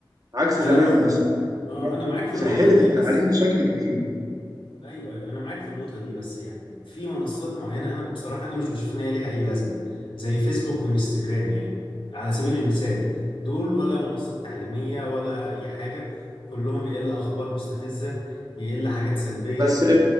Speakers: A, on the right (about 45°); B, on the left (about 80°).
A: عكس
B: انا
A: زمان
B: م...
A: مثلا
B: آه،
A: هي
B: انا معاك في
A: سهلت
B: النقطه دي
A: التعليم
B: بس
A: بشكل كبير
B: ايوه ايوه انا معاك في النقطه دي بس يعني في منصات معينه انا بصراحه انا مش بشوف ان هي ليها اي لازمه زي فيسبوك وانستجرام يعني على سبيل المثال دول ولا منصات تعليميه ولا اي حاجه كلهم يقل اخبار مستفزه يقل حاجات سلبيه
A: بس